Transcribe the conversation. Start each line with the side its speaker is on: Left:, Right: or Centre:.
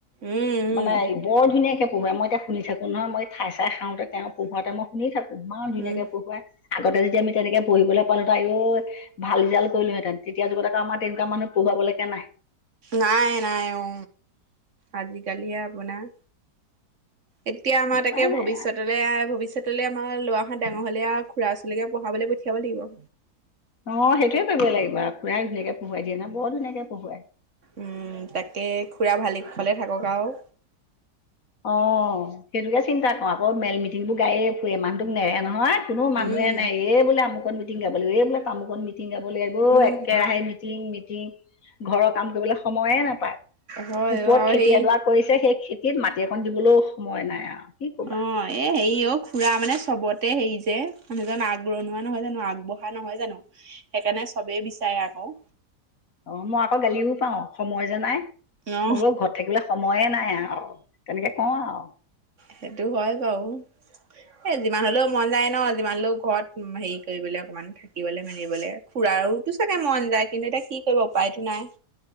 Right: উম, উম,
Left: মানে বৰ ধুনীয়াকে পোহোৱাই মই এতিয়া শুনি থাকো নহয় মই ঠাই চাই খাওঁতে তেওঁ পোহাতে মই শুনি থাকো ইমান ধুনীয়াকে
Right: উম।
Left: পঢ়ৱাই আগতে যদি আমি তেনেকে পঢ়িবলৈ পালোহত আঐ ভাল ৰিজালট কৰিলো হেঁতেন তেতিয়া যগত আমাৰ তেনেকুৱা মানুহ পঢ়োৱা লৈকে নাই
Right: নাই নাই অ আজিকালিয়ে আপোনাৰ এতিয়া আমাৰ
Left: উপায়
Right: তাকে ভৱিষ্যত
Left: নাই
Right: লে ভৱিষ্যতলৈ আমাৰ লৰা হত ডাঙৰ হলেয়া খুৰা ছোৱালীকে পঢ়াব পঠিয়াব লাগিব।
Left: অ সেইটোয়ে কৰিব লাগিব আৰু খুৰাই ধুনীয়াকে পঢ়োৱাই দিয়ে না বৰ ধুনীয়াকে পঢ়োৱাই
Right: উম তাকে খুৰা ভালে কুশলে থাকক আৰু
Left: অ সেইটোকে চিন্তা কৰ আকৌ মেল মিটিংটো গায়ে ফুৰে মানুহটোক নেৰে নহয় কোনো মানুহে
Right: উম,
Left: নাই এই বোলে আমুক মিটি গাব লাগ এই বোলে তামুকন মিং মিটিং গাবলৈ আকৌ
Right: উম।
Left: একেৰাহে মিটিং মিটিং ঘৰৰ কাম কৰিবলৈ সময়ে নাপায়
Right: হয়
Left: ওপৰত
Right: অ আৰু
Left: খেতি
Right: সেই
Left: এডৰা কৰিছে সেই খেতিত মাটি অকন দিবলৈও সময় নাই আৰু কি ক'বা
Right: অ এ হেৰি অ খুৰা মানে চবতে হেৰি যে মানুহজন আগৰণোৱা নহয় জানো আগবঢ়া নহয় জানো সেইকাৰণে চবেই বিচাৰে আকৌ
Left: অ মই আকৌ গালিও পাৰু সময় যে নাই মই
Right: অ
Left: বোলো ঘৰত থাকিবলৈ সময়ে নাই আৰু তেনেকে কওঁ আৰু
Right: সেইটো হয় বাৰু এ যিমান হলেও মন যায় ন যিমান হলেও ঘৰত হেৰি কৰিবলে অকমান থাকিবলৈ মেলিবলৈ ফূৰাৰতো চাগে মন যায় কিন্তু এতিয়া কি কৰিব উপায়টো নাই